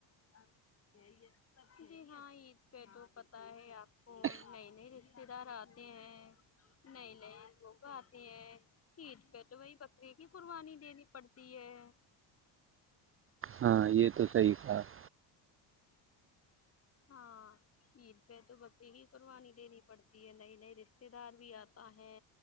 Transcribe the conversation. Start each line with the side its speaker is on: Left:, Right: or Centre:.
Left: آپ <inaudible> جی ہاں عید پہ تو پت ہے آپ کو نئے نئے رشتے دار آتے ہیں نئے نئے لوگ آتے ہیں عید پہ تو وہی بکرریے کی قربانی دینی پڑتی ہے
Right: ہاں یہ تو صحی تھا <inaudible>
Left: ہاں عید پہ تو بچے ہی قربانی دینی پڑتی ہے نئی نئے رشتے دار بھی آتا ہے